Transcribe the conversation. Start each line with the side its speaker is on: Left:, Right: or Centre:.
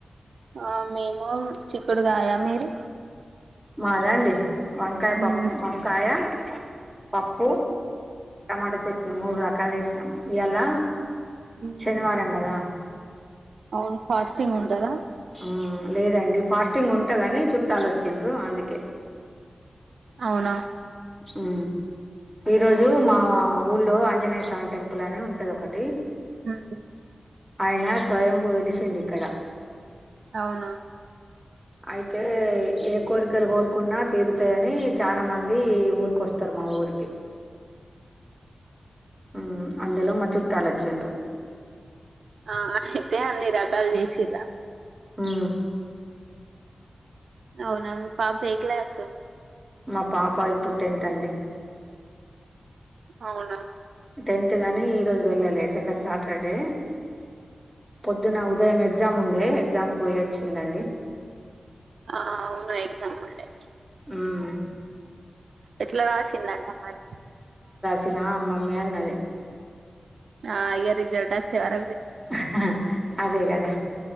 Right: ఆ మేము చిక్కుడు కాయా మీరు
Centre: మాదా అండి వంకాయ పప్
Right: ఉమ్
Centre: వంకాయ పప్పు టమాటా చట్నీ మూడు రకాలు చేసినాం ఇయాల
Right: ఉమ్
Centre: శనివారంగాదా
Right: అవును ఫాస్టింగ్ ఉంటదా
Centre: మ్మ్ లేదండి ఫాస్టింగ్ ఉంటా కాని చుట్టాలు వచ్చండ్రు అందుకే
Right: అవునా
Centre: ఉ ఈరోజు మా ఊళ్లో ఆంజనేయ స్వామి టెంపుల్ అని ఉంటది ఒకటి
Right: హ అండి
Centre: అయినా స్వయంభు వెలిసిండిక్కడ
Right: అవునా
Centre: అయితే ఏ కోరికలు కోరుకున్నా తీరుతాయని చానా మంది ది ఊరికి వస్తారు మా ఊరికి ఆ అందులో మా చుట్టాలు వచ్చిండు
Right: ఆ అయితే అన్నీరాకల్ చేసిం ఇలా
Centre: ఆ
Right: అవునా పాప్ ఏ క్లాసు
Centre: మా పాప ఇప్పుడు టెన్త్ అండి
Right: అవునా
Centre: టెన్త్ గాని ఈరోజు వెళ్ళలే సెకండ్ సాటర్డే పొద్దున ఉదయం ఎగ్జామ్ ఉండే ఎగ్జామ్ కి పోయి వచ్చిందండి
Right: ఆ అవును ఎగజామ్ ఉండే
Centre: హ్మ్
Right: ఎట్లా రాసిందంటమ్ మరి
Centre: చ్చిన అమ్మమ్మ అన్నది
Right: ఆ ఇగ రిజల్ట్ అచ్చే వర
Centre: <unintelligible> అదే గదా